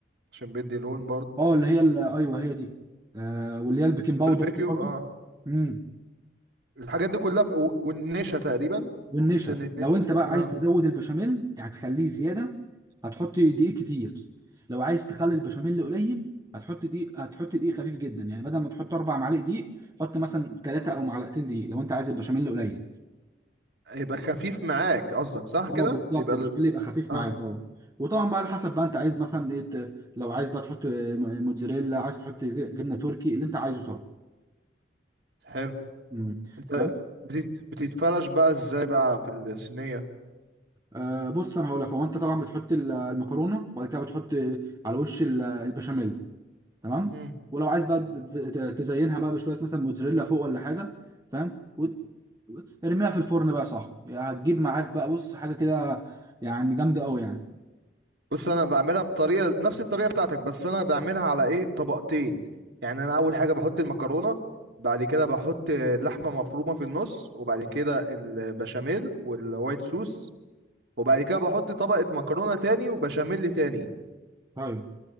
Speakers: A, on the right (about 60°); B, on the right (about 20°).
A: عشان بيدي لون برضه
B: اه اللي هي ال- ايوه هي دي آه واللي هي البيكنج باودر
A: البربيكيو
B: دي برضو
A: اه
B: امم
A: الحاجات دي كلها ب... و- والنشا تقريبا
B: والنشا
A: سنة
B: لو
A: نشا
B: انت بقى
A: اه
B: عايز تزود البشاميل يعني هتخليه زياده هتحط دقيق كتير لو عايز تخلي
A: بز-
B: البشاميل قليل هتحط دقيق هتحط دقيق خفيف جدا يعني بدل ما تحط اربع معالق دقيق حط مثلا ثلاثه او معلقتين دقيق لو انت عايز البشاميل قليل
A: يبقى خفيف معاك قصدك صح
B: اه
A: كده
B: بالظبط
A: يبقى
B: البشاميل
A: ال...
B: يبقى خفيف
A: اه
B: معاك اه وطبعا بقى على حسب بقى انت عايز مثلا ايه ت- لو عايز بقى تحط م- موتزاريلا عايز تحط ج- جبنه تركي اللي انت عايزه طبعا
A: حلو
B: امم.
A: انت
B: فاهم
A: بتت... بتتفرش بقى ازاي بقى في الصينية
B: آه بص انا هقول لك هو انت طبعا بتحط ال- المكرونه وبعد كده بتحط على وش ال- البشاميل تمام
A: مم.
B: ولو عايز بقى تز- ت- تزينها بقى بشويه مثلا موتزاريلا فوق ولا حاجه فاهم وت- وت- ارميها في الفرن بقى صح يعني هتجيب معاك بقى بص حاجه كده يعني جامده قوي يعني
A: بص انا بعملها بطريقة نفس الطريقة بتاعتك بس انا بعملها على ايه طبقتين يعني انا اول حاجة بحط المكرونة بعد كده بحط لحمة مفرومة في النص وبعد كده البشاميل والوايت سوس وبعد كده بحط طبقة مكرونة تاني وبشاميل تاني
B: ايوه